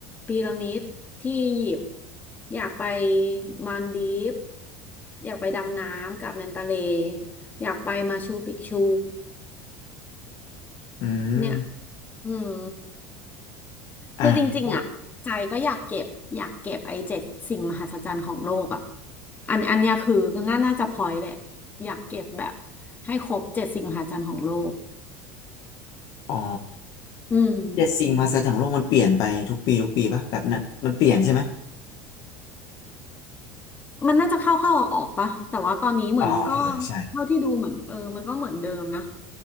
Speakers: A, on the left (about 25°); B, on the left (about 60°).
A: พีระมิดที่อียิปต์อยากไปมาลดีฟส์อยากไปดำน้ำกับแมนตาเลอยากไปมาชูปิกชู
B: อืม
A: เนี่ยอืม
B: อ่ะพูด
A: คือจริงๆอ่ะใจก็อยากเก็บอยากเก็บไอ้เจ็ดสิ่งมหัศจรรย์ของโลกอ่ะอันอันเนี้ยคือน่าน่าจะพอยแหละอยากเก็บแบบให้ครบเจ็ดสิ่งมหัศจรรย์ของโลก
B: อ๋อ
A: อืม
B: เจ็ดสิ่งมหัศจรรย์ของโลกมันเปลี่ยนไปทุกปีทุกปีปะแบบนั้นมันเปลี่ยนใช่ไหม
A: มันน่าจะเข้าเข้าออกออกๆปะแต่ว่าตอนนี้เหมือนก็
B: อ๋อเออใช่
A: เท่าที่ดูเหมือนเออมันก็เหมือนเดิมนะ